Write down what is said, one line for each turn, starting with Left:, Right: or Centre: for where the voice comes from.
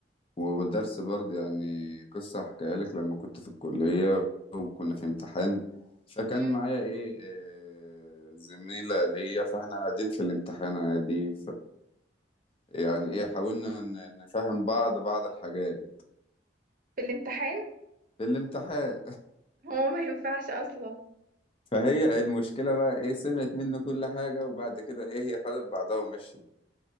Left: والدرس برضه يعني قصة هحكيها لك لما كنت في الكلية وكنا في امتحان فكان
Right: امم
Left: معايا ايه آه، زميلة ليا فاحنا قاعدين في الامتحان عادي يعني ايه حاولنا ن- نفهم بعض بعض الحاجات
Right: في الامتحان
Left: في الامتحان
Right: هو ما ينفعش اصلا
Left: فهي المشكلة بقى ايه سمعت منه كل حاجة وبعد كده ايه هي خدت بعضها ومشيت